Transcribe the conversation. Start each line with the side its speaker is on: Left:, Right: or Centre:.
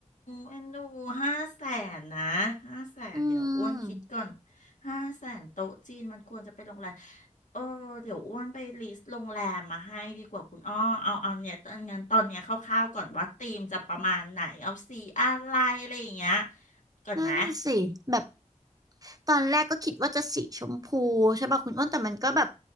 Left: เอ็นดูห้าแสนนะห้าแสนเดี๋ยวอ้วนคิดก่อน
Right: อืม
Left: ห้าแสนโต๊ะจีนมันควรจะไปโรงแรมเออเดี๋ยวอ้วนไปลิสต์โรงแรมมาให้ดีกว่าคุณอ้อเอาเอาเนี่ยตอนงั้นตอนเนี้ยคร่าวๆก่อนว่าธีมจะประมาณไหนเอาสีอะไรอะไรอย่างเงี้ยก่อนไหม
Right: นั่นสิแบบตอนแรกก็คิดว่าจะสีชมพูใช่ป่ะคุณอ้นแต่มันก็แบบ